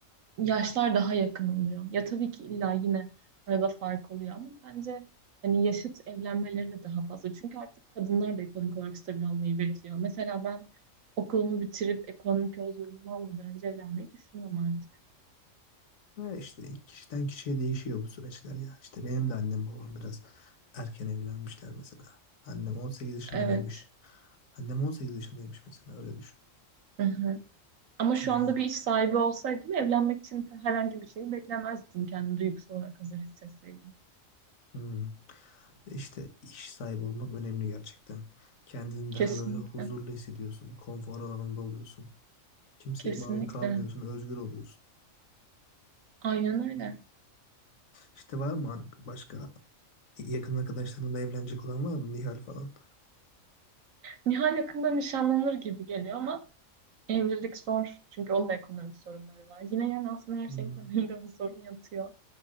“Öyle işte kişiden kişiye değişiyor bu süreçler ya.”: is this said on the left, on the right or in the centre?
Left